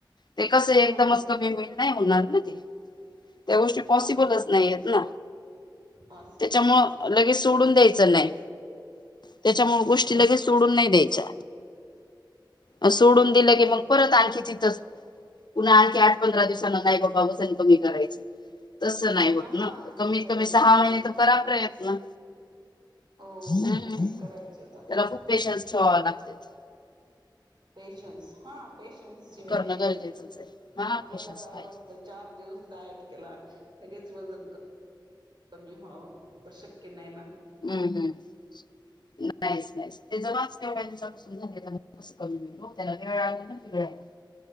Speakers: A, on the left; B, on the right.
A: ते कसं
B: हो
A: एकदमच
B: ना
A: कमी होईल नाही होणार ना ते. त्या गोष्टी पॉसिबलच
B: हो ना हो
A: नाही आहेत ना
B: पॉसिबल
A: त्याच्यामुळे
B: नाही
A: लगेच सोडून द्यायच नाही त्याच्यामुळे गोष्टी लगेच सोडून नाही द्यायच्या. अ सोडून
B: हो ना
A: दिलं
B: हो
A: की
B: ना
A: मग परत
B: हो ना
A: आणखी तिथच पुन्हा आणखी आठ पंधरा
B: तिथेच
A: दिवसांन नाही बाबा वजन कमी करायच. तसं नाही
B: पुन्हा
A: होत
B: हा
A: ना कमीत
B: तसं
A: कमी
B: नाही
A: सहा महिने तर करा प्रयत्न.
B: हो
A: हम्म
B: नाही करायचे
A: त्याला
B: तर तसं
A: खूप पेशन्स ठेवावे लागतेत.
B: पेशन्स हा पेशन्स शिवाय
A: करणं गरजेचंच आहे हा
B: आपल्याला
A: पेशन्स
B: काय
A: पाहिजे.
B: वाटतं चार दिवस डायट केला लगेच दोनजन कमी व्हावं तर शक्य नाही ना
A: हम्म हम्म नाहीच नाहीस ते ज माच केवढ्या दिवसापसून झाले कस कमी होईल त्याला वेळा आ नािळा <unintelligible> ह